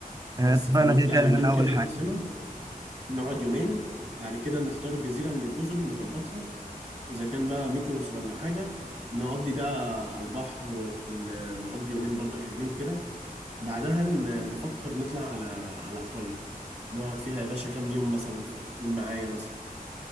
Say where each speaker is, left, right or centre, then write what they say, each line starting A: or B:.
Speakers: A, on the right; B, on the right.
A: احنا
B: بس
A: اتفقنا
B: فنودي
A: كده كده
B: على
A: هنا
B: اليونان كده
A: اول
B: العاصمة
A: حاجه
B: نقعد يومين بعد كده نختار جزيرة من الجزر نظبطها إذا كان بقى ميكونوس ولا حاجة نقضي بقى على البحر ونقضي يومين برضو حلوين كده بعدها ن- نفكر نطلع على على إيطاليا نقعد فيها يا باشا كام يوم مثلا قول معايا مثلا